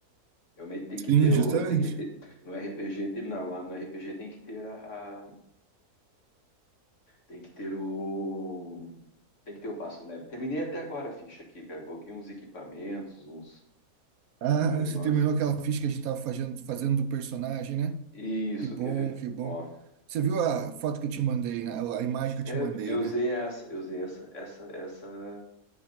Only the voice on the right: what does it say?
Sim,
justamente.
Ah,
você terminou aquela ficha que a gente tava fazendo, fazendo do personagem, né?
Que bom,
que bom.
Você viu a foto que eu te mandei, né? A imagem que eu
te mandei,
né?